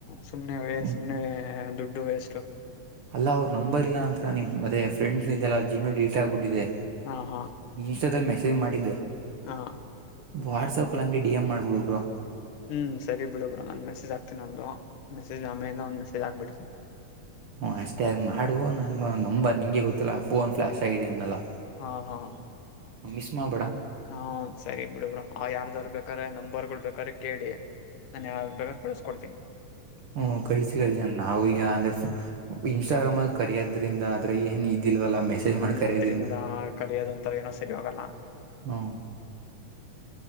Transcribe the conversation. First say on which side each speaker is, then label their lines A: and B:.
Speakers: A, on the left; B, on the right.
A: ಸುಮ್ನೆ ವೇ
B: ್ಮ
A: ಸುಮ್ನೆ ದುಡ್ಡು ವೇಸ್ಟ್
B: ಅಲ್ಲ ಅವ್ರು ನಂಬರ್ಲ್ಲ ಅಂತ ನಿಮ್ ಮತ್ತೆ ಫ್ರೆಂಡ್ಸ್ ನಿಲ್ಲ ಜಿಮೇಲ್ ಡಿಲೀಟ್ ಆಗ್ಬಿಟ್ಟಿದೆ
A: ಹಾ ಹಾ
B: ಇನ್ಸ್ಟಾದಲ್ಲಿ ಮೆಸೇಜ್ ಮಾಡಿದ್ದೆ
A: ಹಾ
B: ವಾಟ್ಸಆಪ್ ಅಲ್ಲಿ ಹಂಗೆ ಡಿ ಎಂ್ ಮಾಡ್ಬಿಡ್ಬ್ರರು
A: ಹ್ಮ್ ಸರಿ ಬಿಡುಗ್ರು ನಂದನ್ ಮೆಸೇಜ್ ಹಕ್ತೀನಿ ಒಂದು ಮೆಸೇಜ್ ಆ ಮೇಿಂದ ಒಂದ ಮಸಜ್ ಹಾಕ್ಬಿಡ್ತನಿ
B: ಹ ಅಷ್ಟೇ ಆಗ ಮಾಡು ನನ್ಗ ನಂಬರ್ ನಿಂಗೆ ಗೊತ್ತಿಲ್ಲ ಫೋನ್ ಫ್ಲಾಶ್ ಆಗಿದೆ ಅನಲ್ಲಾ
A: ಹಾ ಹಾ
B: ಹಮ್ಮಿಸ್ಮಾ ಬಡಾ
A: ಹ್ಮ ಸರಿ ಬಿಡಬ್ರರು ಅವ ಯಾರ್ದಾರ ಬೇಕಾರೆ್ರ ನಂಬರ್ಗಳು ಬೇಕಾದ್ರೆ ಕೇಳಿ ನ ಬೇ ಕಳಿಸ್ಕಡ್ತೀನಿ
B: ಹ್ಮ ಕಳಿಸಿ ಕಳಸ ನಾವು ಈಗ ಅಂದ್ರೆ ಇನ್ಸ್ಟಾಗ್ರಾಮ್ ಕರೆಯೋದ್ರಿಂದ ಆದ್ರೆ ಏನ್ ಇದಿಲ್ವಲ್ಲ ಮೆಸೇಜ್
A: ಹ್ಮ್
B: ಮಾಡಿ ಕರೆಯೋದ್ರಿಂದ
A: ಅದ್ರಿಂದ ಕಲಿಯೋದ ಒಂತರ ಏನೋ ಸರಿ ಹೋಗಲ್ಲ.
B: ಹ್ಮ್